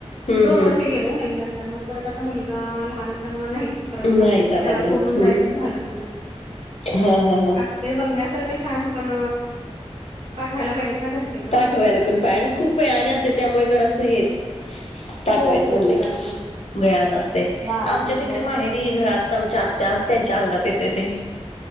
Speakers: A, on the left (about 75°); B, on the right (about 60°).
A: हं
B: दोन
A: हं.
B: वर्ष गेलो. नवीन असताना मग परत आता मुलगा लहान असल्यामुळे नाहीच. परत मग
A: नाही जात
B: त्याला सोडून
A: नव्हत
B: जायचं
A: हं
B: झालंच नाही
A: हा हा हा.
B: अस ते बघण्यासारखं छान पण पाठवायला पाहिजेत ना घरचे पण
A: पाठवायला पण पा आणि खूप वेळाने असते त्यामुळे जर असं हेच पाठवायच
B: हो खूप
A: म्हणल
B: वेळाने
A: की,
B: असत
A: भेळा नसते
B: बारा
A: आमच्या
B: नंतर
A: तिकडे माहेर घरात आमच्या आत्यास त्यांच्या अंगात येते ते